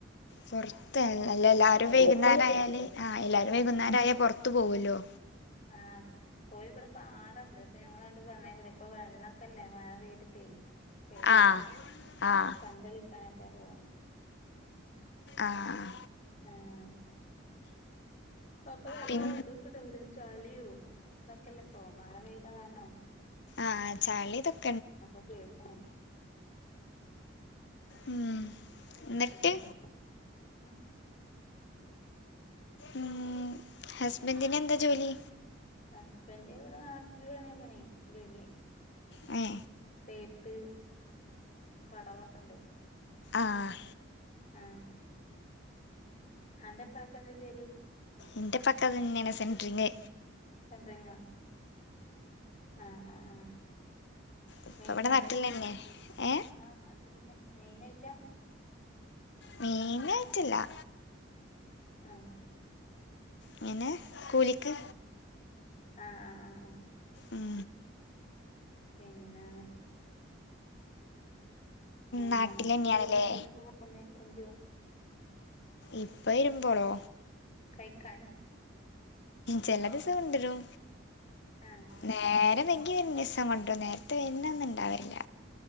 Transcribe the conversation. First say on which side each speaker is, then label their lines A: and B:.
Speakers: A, on the left; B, on the left.
A: പുറത്ത് അല്ല
B: എടക്കാണ്ട്
A: എല്ലാരും വൈകുന്നേരം
B: പോകും ഓര്
A: ആയാല് ആഹ് എല്ലാരും
B: ഏ
A: വൈകുന്നേരം ആയാല് പുറത്തു പോകൂല്ലോ
B: ആഹ്‌ പോയി ഇവിടെ പാടണ്ട് ഇപ്പൊ ഞങ്ങണ്ട് വന്നുകേറി ഇപ്പൊ വെള്ളമൊക്കല്ലേ മഴ പെയ്തിട്ടേ പേടിയല്ലേ
A: ആഹ് ആഹ്
B: കന്തളിക്കാനൊക്കെ പോകും
A: ആഹ്
B: ആഹ് അപ്പൊനല്ല
A: പിൻ
B: ഇതൊക്കെണ്ടവുലെ ചളിയോ ഇതൊക്കെയല്ല ഇപ്പൊ മഴ പെയ്താ കാരണം
A: ആഹ്, ചളിതക്
B: അപ്പം പേടിയാണ്
A: ഉം എന്നിട്ട്
B: ഉക്ക ഉം <unintelligible>
A: ഉം. ഹസ്ബൻഡിന് എന്താ ജോലി?
B: ഹസ്ബൻഡിന് ഇവടെ നാട്ടിലന്നേണ് പണി. ജോലി
A: ഹെ
B: തേപ്പ് പടവൊക്കെ ണ്ട്
A: ആഹ്
B: ആഹ് അന്റപ്പാക്ക്എന്താ ജോലി
A: ഇൻ്റെ ഇപ്പക്ക്അതന്നെയാണ് സെൻ്ററിങ്
B: സെന്ററിങ്ങ ആഹ് ആഹ് ആഹ്
A: ഇപ്പ
B: മെയിനാണ്
A: ഇവിടെ നാട്ടിൽ തന്നെ ഏ
B: ആഹ് മാറ്റന്നെ മെയിൻയിറ്റാ
A: മെയിനായിട്ടില്ല
B: ആഹ്
A: ഇങ്ങനെ കൂലിക്ക്
B: ആഹ് ആഹ് ആഹ് ആഹ്
A: ഉം
B: പിന്നെ ങ്ങനെ
A: നാട്ടിൽ
B: ഇപ്പ
A: തന്നെയാണല്ലേ
B: വരുമ്പോ എന്തേലുംക്ക കൊണ്ടരൊ
A: ഇപ്പ വരുമ്പോളോ
B: കൈക്കാന്
A: ചെല ദിവസം കൊണ്ടരും
B: ആഹ്
A: നേരം വെകി വരണസം കൊണ്ട് രും. നേരത്തെ വര്ണ അന്ന് ണ്ടാവലില്ല